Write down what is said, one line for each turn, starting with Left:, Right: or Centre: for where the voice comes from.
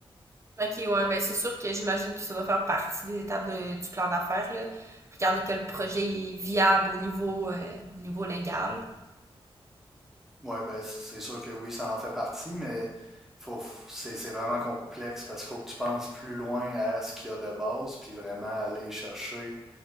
Right: OK, ouais, ben c'est sûr que j'imagine que ça doit faire partie des étapes de- du plan d'affaires, là. Regarder que le projet est viable au niveau euh, au niveau légal.
Centre: Ouais, ben c'est c'est sûr que oui, ça en fait partie, mais faut, f- c'est c'est vraiment complexe parce qu'il faut que tu penses plus loin à ce qu'il y a de base, puis vraiment aller chercher